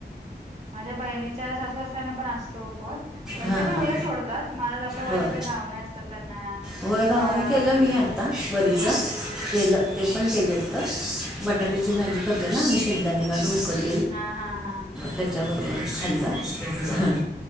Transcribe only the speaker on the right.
माझ्या बहिणीच्या सासू सासऱ्यांना पण असतो उपवास, पण
ते पण
उद्या सोडतात, माझ आपलं वरीचं
गावणं असतं त्यांना
किंवा
वरीच
हा
हा हा हा.